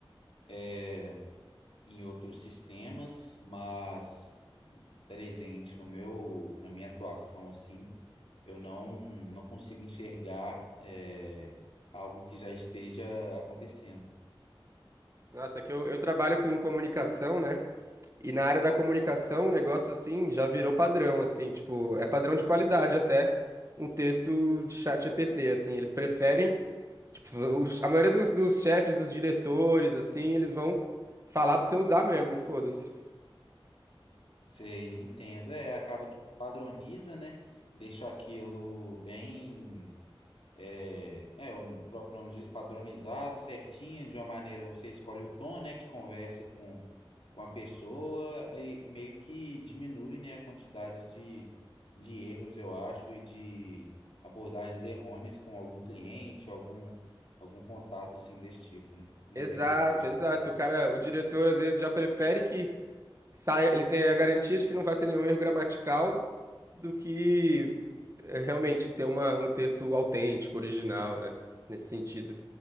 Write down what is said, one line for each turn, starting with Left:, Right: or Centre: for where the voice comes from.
Left: eh, em outros sistemas, mas presente no meu, na minha atuação assim, eu não não consigo enxergar é, algo que já esteja acontecendo.
Right: Nossa, é que eu, eu trabalho com comunicação, né? E na área da comunicação, o negócio assim já virou padrão, assim, tipo, é padrão de qualidade até um texto de chat GPT, assim, eles preferem, tipo, os- a maioria dos, dos chefes, dos diretores, assim, eles vão falar pra você usar mesmo, foda-se.
Left: Você entendo, é, acaba que padroniza, né? Deixa aquilo bem É, é, o próprio nome diz, padronizado, certinho, de uma maneira você escolhe o tom, né, que conversa com, com a pessoa, aí meio que diminui, né, a quantidade de, de erros, eu acho, e de abordagens errôneas com algum cliente, algum, algum contato, assim, desse tipo, né, com
Right: Exato,
Left: uma terceira pessoa.
Right: exato. O cara, o diretor às vezes já prefere que sai, ele tem a garantia de que não vai ter nenhum erro gramatical do que é, realmente ter uma, um texto autêntico, original, né? Nesse sentido.